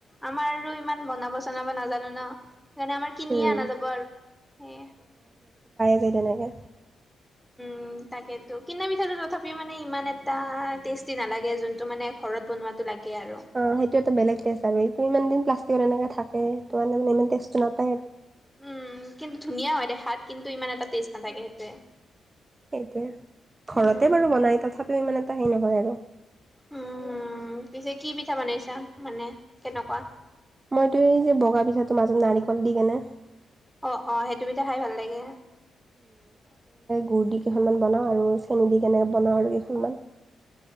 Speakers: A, in the centre; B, on the right.
A: আমাৰ আৰু ইমান বনাব চনাব নাজানো ন সেইকাৰণে আমাৰ কিনি
B: উম
A: অনা যাব আৰু সেইয়ে
B: সেই তেনেকে
A: উ তাকেটো কিনা পিঠাটো তথাপিও মানে ইমান এটা টেষ্টি নালাগে যোনটো মানে ঘৰত বনোৱাটো লাগে আৰু।
B: অ সেইটো এটা বেলেগ টেষ্ট আৰু ইমান দিন পা এনেকে থাকে ত মানে ইমান টেষ্টটো নাপায় ইয়াত
A: উম কিন্তু ধুনীয়া হয় দেখাত কিন্তু ইমান এটা টেষ্ট নাথাকে সেইটোৱে
B: সেইটোৱে ঘৰতে
A: উম,
B: বাৰু বনাই তথাপিও ইমান এটা হেই নহয় আৰু
A: উম পিছে কি পিঠা বনাইছা মানে কেনেকোৱা
B: এটো এই যে বগা পিঠাৰ মাজত নাৰিকল দি কেনে
A: অ অ সেইটো পিঠা খাই ভাল লাগে
B: গুৰ দি কেইখনমান বনাওঁ আৰু চেনি দি কেনে বনাওঁ আৰু কেইখনমান